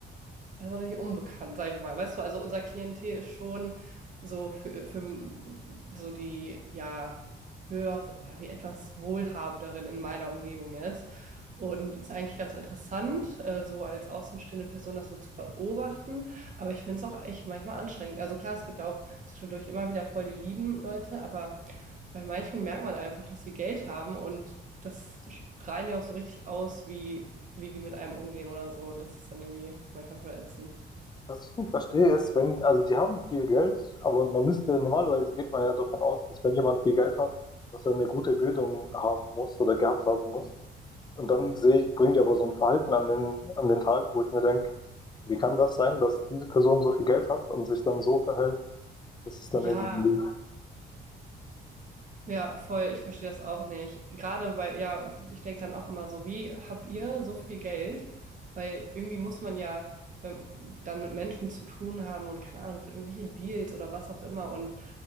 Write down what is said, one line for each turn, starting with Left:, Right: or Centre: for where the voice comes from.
Right: das ist auch nicht unbekannt, sage ich mal. Weißt du, also unser Klientel ist schon so für, für so die, ja, höher oder die etwas wohlhabenderen in meiner Umgebung jetzt. Und ist eigentlich ganz interessant, äh, so als außenstehende Person das so zu beobachten. Aber ich finde es auch echt manchmal anstrengend. Also klar, es gibt auch zwischendurch immer wieder voll die lieben Leute, aber bei manchen merkt man einfach, dass sie Geld haben und das strahlen ja auch so richtig aus, wie wie die mit einem umgehen oder so. Das ist dann irgendwie manchmal voll ätzend.
Left: Was ich nicht verstehe, ist, wenn, also die haben viel Geld, aber man müsste, normalerweise geht man ja davon aus, dass wenn jemand viel Geld hat, dass er eine gute Bildung haben muss oder gehabt haben muss. Und dann sehe ich, bringt er aber so ein Verhalten an den, an den Tag, wo ich mir denke, wie kann das sein, dass diese Person so viel Geld hat und sich dann so verhält, dass es dann
Right: Ja,
Left: irgendwie,
Right: ja, voll. Ich verstehe das auch nicht. Gerade bei, ja, ich denke dann auch immer so, wie habt ihr so viel Geld? Weil irgendwie muss man ja ähm, dann mit Menschen zu tun haben und keine Ahnung, für irgendwelche Deals oder was auch immer. Und